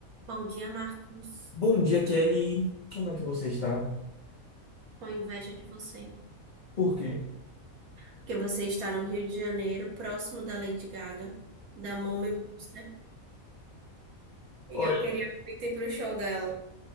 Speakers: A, on the right; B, on the left.
A: Bom dia, Marcos.
B: Bom dia, Kelly. Como é que você está?
A: Com inveja de você.
B: Por quê?
A: Porque você está no Rio de Janeiro, próximo da Lady Gaga, da Mama Monster. E
B: Olha,
A: eu queria muito ir pro show dela.